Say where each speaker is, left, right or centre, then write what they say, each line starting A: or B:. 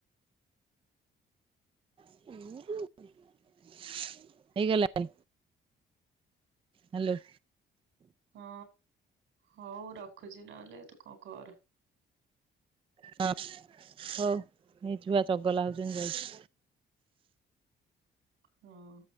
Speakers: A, on the right (about 25°); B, on the right (about 80°).
A: <unintelligible> ହେଇଗଲାଣି ହ୍ୟାଲୋ।
B: ହଁ ହଉ ରଖୁଛି ନହେଲେ ତୁ କଣ କର।
A: ହଁ ହଉ ଏଇ ଛୁଆ ଚଗଲା ହଉଚନ୍ତି ଯାଉଚି।
B: ହଁ।